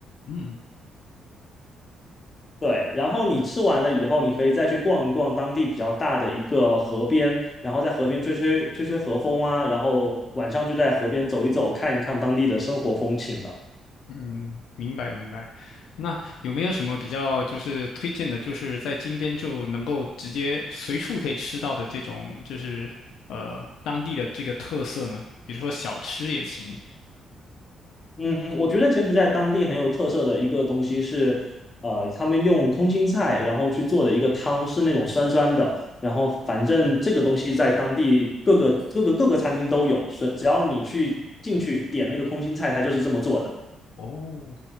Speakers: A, on the left; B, on the left.
A: 嗯。
B: 对，然后你吃完了以后，你可以再去逛一逛当地比较大的一个河边，然后在河边吹吹吹吹河风啊，然后晚上就在河边走一走，看一看当地的生活风情了。
A: 嗯，明白明白。那有没有什么比较就是推荐的，就是在金边就能够直接随处可以吃到的这种，就是呃当地的这个特色呢？比如说小吃也行。
B: 嗯，我觉得柬埔寨当地很有特色的一个东西是，呃，他们用空心菜然后去做的一个汤，是那种酸酸的，然后反正这个东西在当地各个各个各个餐厅都有，是只要你去进去点那个空心菜，它就是这么做的。
A: 哦，